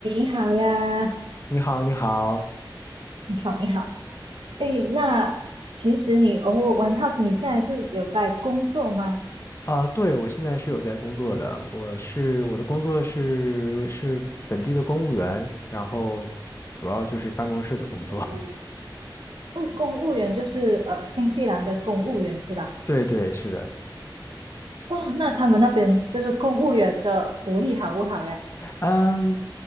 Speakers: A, on the right; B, on the left.
A: 你好呀，
B: 你好，你好，
A: 你好，你好。诶，那其实你，哦，我很好奇，你现在是有在工作吗？
B: 啊、对，我现在是有在工作的，我是我的工作是是本地的公务员，然后主要就是办公室的工作。
A: 嗯
B: <laughs>
A: 哦，公务员就是呃，新西兰的公务员是吧？
B: 对对，是的。
A: 哦，那他们那边就是公务员的福利好不好呀
B: 嗯，